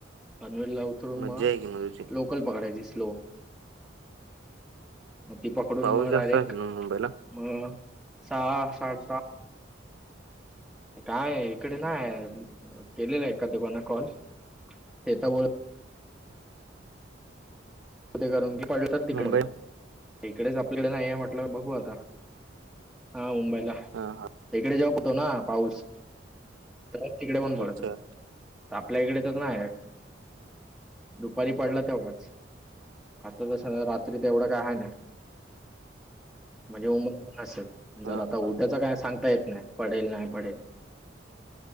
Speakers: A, in the centre; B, on the right (about 85°).
A: पनवेलला उतरून
B: मज्जा
A: मग
B: आहे की तुझी
A: लोकल पकडायची स्लो. मग ती पकडून
B: पाऊस
A: मग
B: जास्त
A: डायरेक्ट
B: आहे ना मुंबईला
A: ह सहा साडे सहा काय इकडे नाही. केलेल एका दुकाना कॉल, <unintelligible> करून की पडल, तर तिकत
B: मुंबई
A: इकडेच आपल्याकडे नाही म्हटल बघू आता. हा मुंबईला.
B: हा हा
A: तिकडे जेव्हा पडतो ना पाऊस लगेच तिकडे पण पडतो.
B: अच्छा
A: आपल्या इकडे तर नाही आहे दुपारी पडला तेवढाच आता तर रात्री तर एवढा काय आहे ना म्हणजे <unintelligible> असेल. जर
B: हा
A: आता
B: हा
A: उद्याच काय सांगता येत नाही. पडेल नाही पडेल.